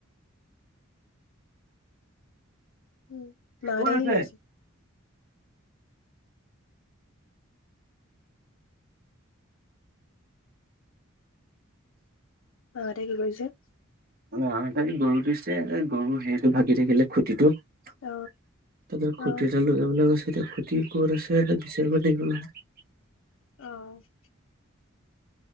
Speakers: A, on the left; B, on the right.
A: উ মা
B: ক'ত
A: হঁতে
B: আছে?
A: কি কৰিছে? মা হঁতে কি কৰিছে?
B: ন এই গৰু দিছে গৰু হেৰিটো ভাগি থাকিলে খুটিটো- তাৰপিছত
A: অ অ
B: খুটি এটা লৈ যাব কৈছে- এতিয়া খুতি ক'ত আছে বিচাৰিব লাগিব নহ‌য়-
A: আহ-